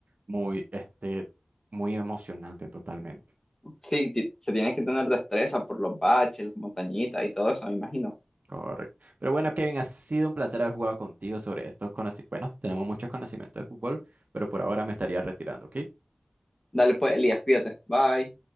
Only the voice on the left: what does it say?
Sí, ti- se tiene que tener destreza por los baches, las montañitas y todo eso, me imagino.
Dale pues, Elías, cuídate. Bye.